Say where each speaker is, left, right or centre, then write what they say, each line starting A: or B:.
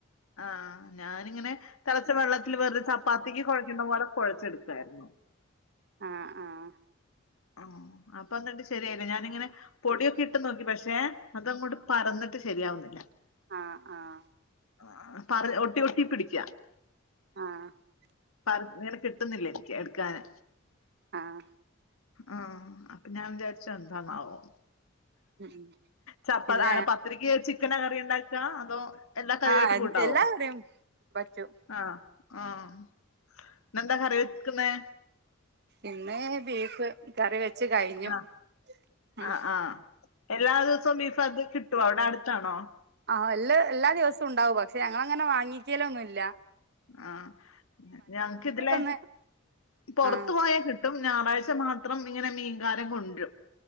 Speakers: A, on the left; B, on the right.
A: ആഹ് ഞാനിങ്ങനെ തളച്ച വെള്ളത്തില് വെറുതെ ചപ്പാത്തിക്ക് കുഴയ്ക്കുന്ന പോലെ കുഴച്ചെടുത്തയിരുന്നു
B: ആഹ് ആഹ്
A: ആഹ് അപ്പൊന്നിട്ട് ശരിയയില്ല ഞാനിങ്ങനെ പൊടിയൊക്കെ ഇട്ട് നോക്കി പക്ഷെ അതങ്ങോട്ട് പറന്നിട്ട് ശരിയാവുന്നില്ല
B: ആഹ് ആഹ്
A: ആഹ് പറി ഒട്ടി ഒട്ടി പിടിക്കാ
B: ആഹ്
A: പറ ഇങ്ങനെ കിട്ടുന്നില്ല എനിക്ക് എടുക്കാന്
B: ആഹ്
A: ആഹ് അപ്പൊ ഞാൻ വിചാരിച്ച എന്താന്നാവോ
B: ഉം
A: ചപ്പ
B: ഇല്ല
A: അന പത്രിക്ക് ചിക്കന കറിണ്ടാക്ക അതോ? <unintelligible>
B: ആ
A: കൂട്ടാവോ
B: എല്ലാ കറിയും പറ്റും
A: ആഹ് ആഹ് ഇന്നെന്താ കറിവക്കുന്നേ?
B: ഇന്ന് ബീഫ് കറി വെച്ച് കഴിഞ്ഞു
A: ആഹ്
B: ഉം.
A: ആഹ് ആഹ് എല്ലാ ദിവസവും ബീഫ് അത് കിട്ടുവോ അവിടെ അടുത്താണോ?
B: ആഹ് എല്ല എല്ലാ ദിവസവും ഉണ്ടാവും പക്ഷെ ഞങ്ങളങ്ങനെ വാങ്ങിക്കല ഒന്നുല്ല.
A: ആഹ് ഞങ്ങക്ക്തിലെ
B: ഒന്ന്
A: പുറത്തു
B: ആ
A: പോയ കി ട്ടും ഞായറാഴ്ച മാത്രം ഇങ്ങനെ മീൻകാരൻ കൊണ്ടരും.